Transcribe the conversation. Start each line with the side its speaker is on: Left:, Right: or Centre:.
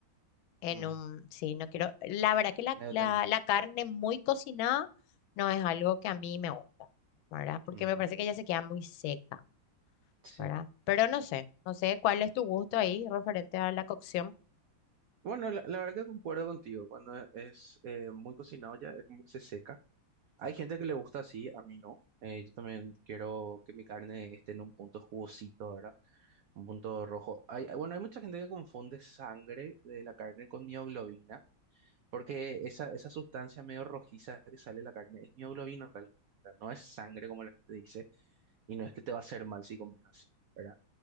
Left: en
Right: Mm.
Left: un, sí, no quiero, la verdad que la,
Right: Medio
Left: la,
Right: término.
Left: la carne muy cocinada no es algo que a mí me gusta, ¿verdad? Porque
Right: Ujú,
Left: me parece que ya se queda muy seca,
Right: Sí.
Left: ¿verdad? Pero no sé, no sé cuál es tu gusto ahí referente a la cocción.
Right: Bueno, la, la verdad que concuerdo contigo. Cuando es eh, muy cocinado ya es como que se seca. Hay gente que le gusta así, a mí no. Eh, yo también quiero que mi carne esté en un punto jugosito, ¿verdad? Un punto rojo. Hay, bueno, hay mucha gente que confunde sangre de la carne con mioglobina, porque esa, esa sustancia medio rojiza que sale de la carne es mioglobina en realidad. O sea, no es sangre como la gente dice, y no es que te va a hacer mal si comes así, ¿verdad?